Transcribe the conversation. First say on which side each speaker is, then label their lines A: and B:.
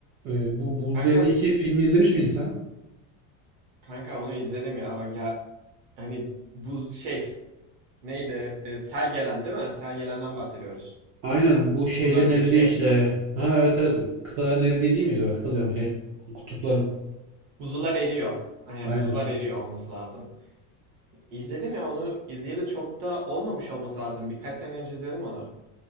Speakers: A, on the right (about 35°); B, on the right (about 60°).
A: Ee, bu Buz
B: Kanka
A: Devri 2 filmi izlemiş miydin sen?
B: kanka onu izledim ya. Ya hani bu şey neydi? E, sel gelen değil mi? Sel gelenden bahsediyoruz.
A: Aynen bu şeylerin
B: Bunlar göçe
A: eridiği
B: yapıyor.
A: işte. Ha evet evet kıtaların eridiği değil miydi? o? Kıta diyorum şey. Kutupların.
B: Buzullar eriyor. Aynen
A: Aynen.
B: buzullar eriyor olması lazım. İzledim ya onu izleyeli çok da olmamış olması lazım. Birkaç sene önce izledim onu.